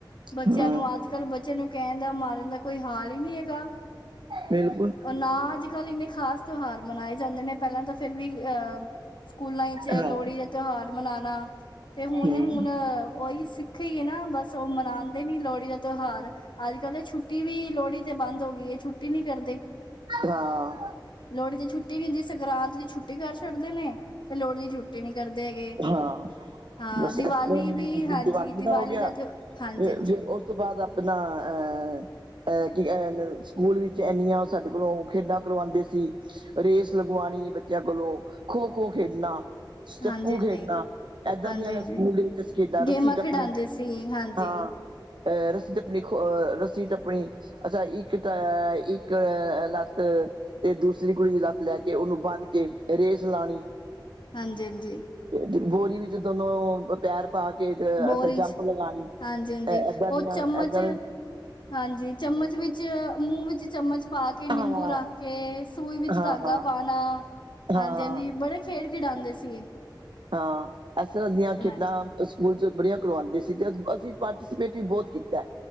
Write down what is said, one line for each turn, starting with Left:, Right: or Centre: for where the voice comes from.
Left: ਬੱਚਿਆਂ
Right: ਹਾਂ,
Left: ਨੂੰ ਅੱਜ ਅੱਜ-ਕੱਲ ਬੱਚੇ ਨੂੰ ਕਹਿਣ ਦਾ ਮਾਰਨ ਦਾ ਕੋਈ ਹਾਲ ਹੀ ਨਹੀਂ ਹੈਗਾ,
Right: ਬਿਲਕੁਲ
Left: ਨਾ ਚੱਲ ਇੰਨੇ ਖਾਸ ਤਿਉਹਾਰ ਮਨਾਏ ਜਾਂਦੇ ਨੇ, ਪਹਿਲਾਂ ਤਾਂ ਫਿਰ ਵੀ ਅਹ ਸਕੂਲਾਂ ਚ
Right: ਹਾਂ,
Left: ਲੋਹੜੀ ਦਾ ਤਿਉਹਾਰ ਮਨਾਣਾ ਤੇ ਹੁਣ-ਹੁਣ
Right: ਹੂੰ,
Left: ਓਹੀ ਸਿੱਖ ਹੀ ਹੈ ਨਾ, ਬਸ ਉਹ ਮਨਾਂਦੇ ਨੀ ਲੋਹੜੀ ਦਾ ਤਿਉਹਾਰ। ਅੱਜ-ਕੱਲ ਤੇ ਛੁੱਟੀ ਵੀ ਲੋਹੜੀ ਤੇ ਬੰਦ ਹੋ ਗਈ ਏ, ਛੁੱਟੀ ਨੀ ਕਰਦੇ।
Right: ਹਾਂ।
Left: ਲੋਹੜੀ ਦੀ ਛੁੱਟੀ ਨਹੀਂ ਹੁੰਦੀ, ਸੰਗਰਾਂਤ ਦੀ ਛੁੱਟੀ ਕਰ ਛੱਡਦੇ ਨੇ। ਤੇ ਲੋਹੜੀ ਦੀ ਛੁੱਟੀ ਨੀ ਕਰਦੇ ਹੈਗੇ,
Right: ਹਾਂ,
Left: ਹਾਂ
Right: ਬਸ
Left: ਦੀਵਾਲੀ
Right: ਇਸ ਤਰ੍ਹਾਂ ਹੀ
Left: ਵੀ
Right: ਦ-
Left: ਹਾਂਜੀ ਦੀਵਾਲੀ
Right: ਹੋ ਗਿਆ।
Left: ਦਾ ਤਿਉ, ਹਾਂਜੀ-ਹਾਂਜੀ।
Right: ਫਿਰ ਫਿਰ ਉਸ ਤੋਂ ਬਾਅਦ ਆਪਣਾ ਅਹ ਅਹ ਕਿ ਐਹ ਸਕੂਲ ਵਿੱਚ ਇੰਨੀਆਂ ਸਾਡੇ ਕੋਲੋਂ ਖੇਡਾਂ ਕਰਵਾਂਦੇ ਸੀ। ਰੇਸ ਲਗਵਾਣੀ ਬੱਚਿਆਂ ਕੋਲੋਂ, ਖੋ-ਖੋ ਖੇਡਣਾ। ਸਟੈਪੂ
Left: ਹਾਂਜੀ ਹਾਂਜੀ
Right: ਖੇਡਣਾ, ਏਦਾਂ
Left: ਹਾਂਜੀ
Right: ਦੀਆਂ
Left: ਹਾਂਜੀ
Right: ਸਕੂਲ ਦੇ ਵਿੱਚ ਅਸੀਂ ਖੇਡਾਂ ਰੱਸੀ
Left: ਗੇਮਾਂ
Right: ਟੱਪਣੀ,
Left: ਖਿਡਾਉਂਦੇ ਸੀ ਹਾਂਜੀ
Right: ਹਾਂ। ਅਹ ਰੱਸੀ ਟੱਪਣੀ, ਅਹ ਰੱਸੀ ਟੱਪਣੀ ਅੱਛਾ, ਇੱਕ ਤਾਂ ਇੱਕ ਲੱਤ ਤੇ ਦੂਸਰੀ ਕੁੜੀ ਦੀ ਲੱਤ ਲੈ ਕੇ, ਉਹਨੂੰ ਬੰਨ ਕੇ ਰੇਸ ਲਾਣੀ।
Left: ਹਾਂਜੀ-ਹਾਂਜੀ।
Right: ਤੇ ਬੋਰੀ ਵਿੱਚ ਦੋਨੋ ਪੈਰ ਪਾ ਕੇ
Left: ਬੋਰੀ
Right: ਅਸੀ ਜੰਪ
Left: ਚ
Right: ਲਗਾਣੀ,
Left: ਹਾਂਜੀ-ਹਾਂਜੀ
Right: ਐਦਾਂ ਦੀਆਂ
Left: ਉਹ ਚਮਚ
Right: ਐਦਾਂ ਦੀ
Left: ਹਾਂਜੀ, ਚਮਚ ਵਿੱਚ ਮੂੰਹ ਵਿੱਚ ਚਮਚ ਪਾ ਕੇ ਨਿੰਬੂ
Right: ਹਾਂ
Left: ਰੱਖ ਕੇ ਸੂਈ ਵਿੱਚ
Right: ਹਾਂ
Left: ਧਾਗਾ
Right: ਹਾਂ
Left: ਪਾਣਾ,
Right: ਹਾਂ
Left: ਹਾਂਜੀ-ਹਾਂਜੀ ਬੜੇ ਖੇਡ ਖਿਡਾਂਉਦੇ ਸੀ ਗੇ।
Right: ਹਾਂ, ਐਸ ਤਰ੍ਹਾਂ ਦੀਆਂ ਖੇਡਾਂ
Left: ਚ
Right: ਸਕੂਲ ਚ ਬੜੀਆਂ ਕਰਵਾਂਦੇ ਸੀ, ਤੇ ਅਸੀਂ ਪਾਰਟੀਸਪੇਟ ਵੀ ਬਹੁਤ ਕੀ ਤੈ